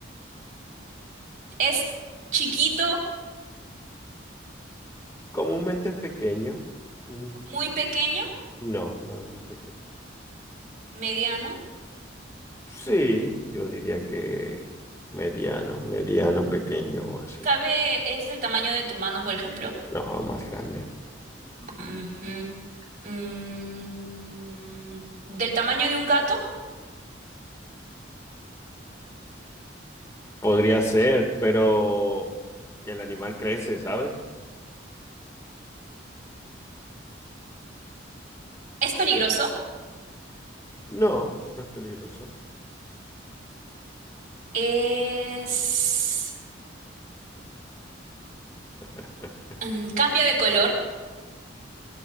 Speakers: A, on the right (about 45°); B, on the left (about 15°).
A: es chiquito,
B: Comúnmente es pequeño. Mm,
A: muy pequeño,
B: No, no es muy pequeño.
A: mediano.
B: Sí, yo diría que mediano, mediano, pequeño o así.
A: Cabe, es del tamaño de tu mano, por ejemplo.
B: No, más grande.
A: Ujú. Mm, del tamaño de un gato.
B: Podría ser, pero el animal crece, ¿sabes?
A: Es peligroso.
B: No, no es peligroso.
A: Es,
B: <laughs>
A: mm, cambia de color.